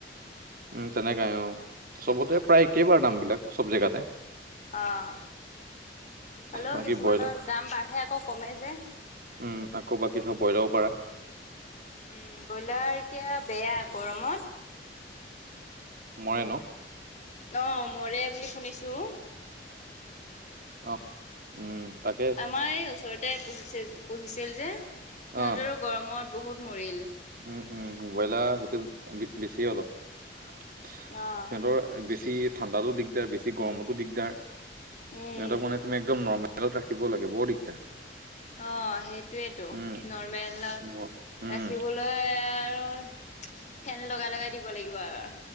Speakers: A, on the right (about 55°); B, on the left (about 45°).
A: উম, তেনেকাই অহ চবতে প্ৰায় একেবাৰু দাম বিলাক চব জেগাতে।
B: অহ', হলেও
A: বাকী
B: কিছুমানৰ
A: ব্ৰইলাৰ
B: দাম বাঢ়ে আকৌ কমে যে।
A: উম, আকৌ বাকী ধৰ বইলাও পাৰা।
B: উম, ব্ৰইলাৰ এতিয়া বেয়া গৰমত।
A: মৰে ন'
B: অ' মৰে বুলি শুনিছো।
A: অ', উম। তাকে
B: আমাৰ এই ওচৰতে পঢ়িছে পঢ়িছিল যে সিহঁতৰো
A: অহ
B: গৰমত বহুত মৰিল।
A: উম উম, ব্ৰইলাৰ সেইটো বেছিয়ে অলপ সিহঁতৰ
B: অ',
A: বেছি ঠাণ্ডাতো দিগদাৰ বেছি গৰমতো দিগদাৰ সিহঁতক
B: উম,
A: মানে তুমি একদম নৰ্মেল খেলত ৰাখিব লাগে বৰ দিগদাৰ।
B: অহ, সেইটোৱেটো
A: উম
B: নৰ্মেলত
A: ব- উম
B: ৰাখিবলৈ আৰ ফেন লগাই -লগাই দিব লাগিব আৰু।